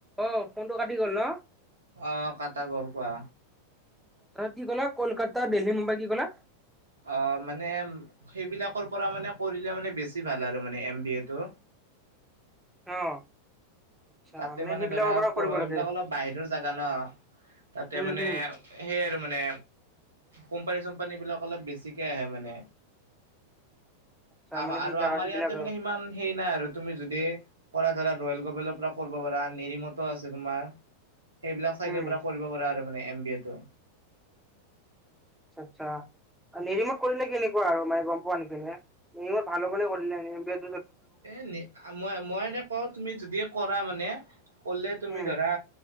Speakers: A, in the centre; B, on the right (about 70°).
A: অ ফোনটো কাটি গল ন।
B: অহ কাটা গ'ল কোৱা?
A: অ কি ক'লা কলকাতা, দেল্লী, মুম্বাই কি ক'লা?
B: অ মানে সেইবিলাকৰ পৰা মানে কৰিলে মানে বেছি ভাল আৰু মানে এম বি এটো। <inaudible>
A: অ। আচ্ছা
B: তাতে মানে
A: সেইবিলাকৰ
B: ধৰা
A: পৰা কৰিব লাগে
B: এইবিলাক অলপ বাহিৰৰ জাগা ন তাতে
A: উম
B: মানে
A: হম
B: সেই আৰু মানে কোম্পানী -চোম্পানীবিলাক অলপ বেছিকে আহে মানে।
A: আচ্ছা
B: আম
A: মানে সেই
B: আৰু
A: জাগা
B: আমাৰ ইয়াতে
A: বিলাক
B: মানে সিমান সেই নাই আৰু তুমি যদি কৰা ধৰা ৰয়েল গবেলৰ পৰা কৰিব পাৰা, নিৰিমত আছে তোমাৰ, সেইবিলাক চাইডৰ
A: উম
B: পৰা কৰিব পাৰা আৰু। মানে এম বি এ টো।
A: আচ্ছা। নিৰিমত কৰিলে কেনেকুৱা আৰু মানে গম পোৱা নেকি, নিৰিমত ভাল হ'ব নে কৰিলে নি
B: এ নি মই মই এনে কওঁ তুমি যদি কৰা মানে কলে তুমি
A: উম
B: ধৰা।